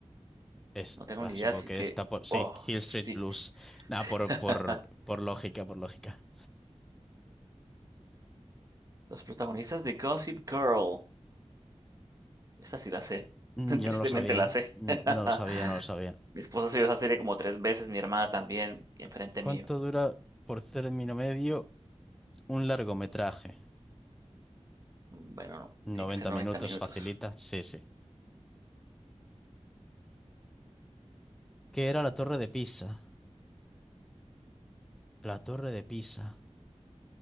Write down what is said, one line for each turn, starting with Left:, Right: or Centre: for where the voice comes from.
Centre: Es,
Right: No tengo
Centre: ah,
Right: ni idea,
Centre: supongo
Right: así
Centre: que
Right: que...
Centre: está por... Sí,
Right: Oh,
Centre: Hill
Right: sí.
Centre: Street Blues. Nada, por,
Right: <laughs>
Centre: por, por lógica, por lógica.
Right: Los protagonistas de Gossip Girl. Esa sí la sé.
Centre: Mm,
Right: <laughs>
Centre: Yo
Right: Tristemente
Centre: no lo sabía.
Right: la sé.
Centre: Mm,
Right: <laughs>
Centre: No lo sabía, no lo sabía.
Right: Mi esposa se vio esa serie como tres veces, mi hermana también, y enfrente
Centre: ¿Cuánto
Right: mío.
Centre: dura por término medio un largometraje?
Right: Bueno, no,
Centre: noventa
Right: tiene que ser 90
Centre: minutos,
Right: minutos.
Centre: facilita. Sí, sí. ¿Qué era la Torre de Pisa? La Torre de Pisa.